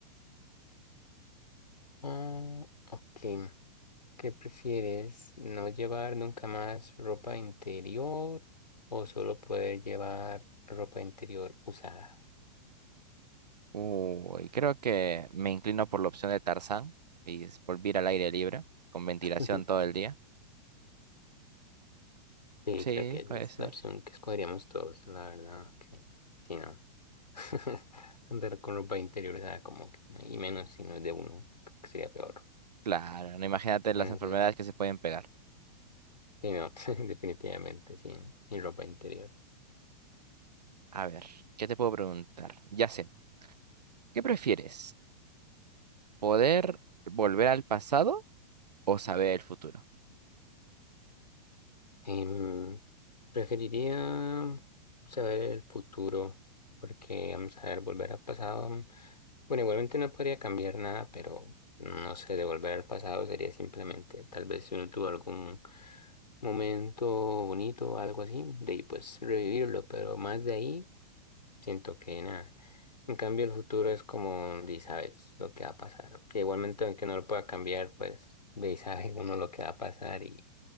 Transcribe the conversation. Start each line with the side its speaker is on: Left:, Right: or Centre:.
Left: Oh, ok. ¿Qué prefieres? ¿No llevar nunca más ropa interior o solo poder llevar ropa interior usada?
Right: Uy, creo que me inclino por la opción de Tarzán y es volver al aire libre, con ventilación
Left: <laughs>
Right: todo el día.
Left: Sí,
Right: Sí,
Left: creo que esa
Right: puede
Left: es
Right: ser.
Left: la opción que escogeríamos todos, la verdad. Que... Sí, no. <laughs> Andar con ropa interior usada como que, no, y menos si no es de uno, creo que sería peor.
Right: Claro, no imagínate las
Left: Entonces,
Right: enfermedades que se pueden pegar.
Left: sí, no, <laughs> definitivamente, sí, ¿no? y ropa interior.
Right: A ver, ¿qué te puedo preguntar? Ya sé, ¿qué prefieres? ¿Poder volver al pasado o saber el futuro?
Left: Em, Preferiría saber el futuro, porque vamos a ver, volver al pasado. mm, Bueno, igualmente no podría cambiar nada, pero no sé, de volver al pasado sería simplemente, tal vez si uno tuvo algún momento bonito o algo así, de ahí pues revivirlo, pero más de ahí siento que nada. En cambio, el futuro es como, de sabes lo que va a pasar, que igualmente aunque no lo pueda cambiar, pues de ahí sabe uno lo que va a pasar y.